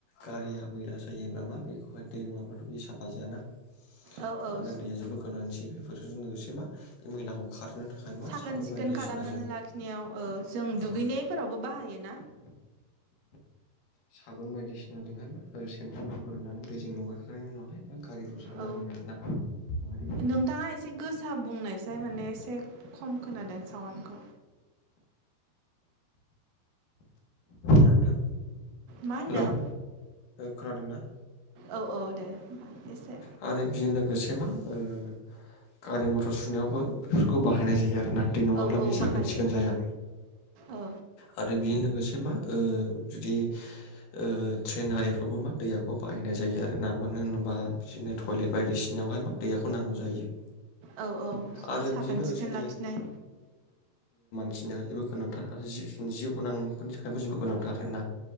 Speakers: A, on the left (about 70°); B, on the right (about 75°).
A: गारिया मैला जायोब्ला मा बेखौहाय दै नङाब्लाथ' बे साफा जायाना
B: औ
A: मानोना
B: औ
A: दैया जेबो गोनांथि बेफोरजों लोगोसे मा बे मैलाखौ खारनो थाखाय मा
B: साखोन
A: साबोन
B: सिखोन
A: बायदिसिनाजों
B: खालामनानै लाखिनायाव ओ जों दुगैनायफोरावबो
A: औ <inaudible>
B: बाहायोना
A: साबोन बायदिसिनाजोंहाय मा ओ‌ सेन्फामिफोर होननानै दैजों लगायखांनायनि उनावहाय गारिफ्राव सारना
B: औ
A: होयो आरोना
B: नोंथाङा एसे गोसा बुंनायसाय माने
A: औ
B: एसे खम खोनादों साउन्डखौ
A: नोंथां
B: मा होनदों
A: हेल' खोनादोंना
B: औ औ दे होमबा एसे
A: आरो बेजों लोगोसे मा ओ गारि मथर सुनायावबो बेफोरखौ बाहायनाय जायो आरो रोनान्थि नङाब्ला
B: औ
A: बियो
B: औ
A: साखोन
B: बाहायो
A: सिखोन जाया
B: औ
A: आरो बेजों लोगोसे मा ओ जुदि ओ ट्रेनारिफ्रावबो मा दैयाखौ बाहायनाय जायो आरो दा मानो होनोबा बिदिनो टयलेट बायदिसिनायावहाय मा दैयाखौ नांगौ जायो
B: औ औ
A: आरो
B: साखोन
A: बेजों लोगोसे
B: सिखोन लाखिनाय
A: थिनियालिबो गोनांथार आरो जि जिउ गोनांफोरनि थाखायबो जेबो गोनांथार आर ना